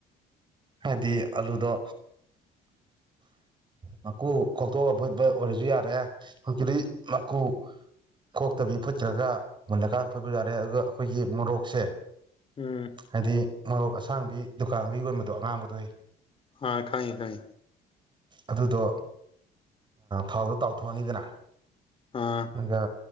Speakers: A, on the right; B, on the left.
A: ꯍꯥꯏꯕꯗꯤ ꯑꯂꯨꯗꯣ ꯃꯀꯨ ꯈꯣꯛꯇꯣꯛꯑꯒ ꯐꯨꯠꯄ ꯑꯣꯏꯔꯁꯨ ꯌꯥꯔꯦ ꯍꯧꯖꯤꯛꯇꯤ ꯃꯀꯨ ꯈꯣꯛꯇꯕꯤ ꯐꯨꯠꯈꯔ꯭ꯥꯒ ꯃꯨꯜꯂꯀꯥꯟꯗ ꯐꯨꯠꯄ ꯌꯥꯔꯦ ꯑꯗꯨꯒ ꯑꯩꯈꯣꯏꯒꯤ ꯃꯣꯔꯣꯛꯁꯦ
B: ꯎꯝ
A: ꯍꯥꯏꯗꯤ ꯃꯔꯣꯛ ꯑꯁꯥꯡꯕꯤ ꯗꯨꯀꯥꯟꯗꯒ ꯌꯣꯟꯕ ꯑꯗꯣ ꯑꯉꯥꯡꯕꯗꯣ ꯍꯦ
B: ꯑꯥ ꯈꯪꯏ ꯈꯪꯏ
A: ꯑꯗꯨꯗꯣ ꯊꯥꯎꯗꯣ ꯇꯥꯎꯊꯣꯛꯑꯅꯤꯗꯅ
B: ꯑꯥ
A: ꯑꯗꯨꯒ